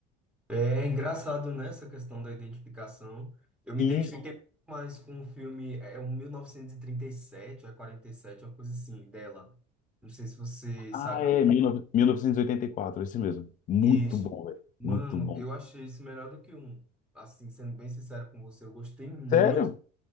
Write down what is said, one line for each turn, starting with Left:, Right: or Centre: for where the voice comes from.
Centre: É engraçado nessa questão da identificação. Eu me
Left: Aí
Centre: identifiquei muito mais com o filme, é um sete ou é 47, uma coisa assim, dela. Não sei se você
Left: Ah,
Centre: sabe
Left: é, 19- 1984, esse mesmo. Muito
Centre: isso.
Left: bom, velho.
Centre: Mano,
Left: Muito bom.
Centre: eu achei isso melhor do que um. Assim, sendo bem sincero com você, eu gostei muito,
Left: Sério?